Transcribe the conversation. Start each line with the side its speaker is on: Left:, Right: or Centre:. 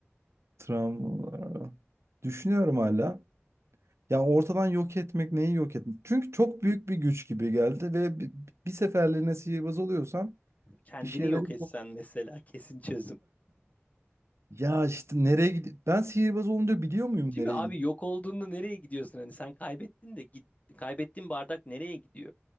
Right: travmalar. Düşünüyorum hala. Ya ortadan yok etmek neyi yok etmek? Çünkü çok büyük bir güç gibi geldi ve bir, bir seferliğine sihirbaz oluyorsam
Left: Kendini
Right: bir şeyleri...
Left: yok etsen mesela kesin çözüm.
Right: Ya işte nereye gidiyor? Ben sihirbaz olunca biliyor muyum
Left: Değil
Right: nereye
Left: mi abi
Right: gidiyor?
Left: yok olduğunda nereye gidiyorsun? Hani sen kaybettin de git, kaybettiğin bardak nereye gidiyor?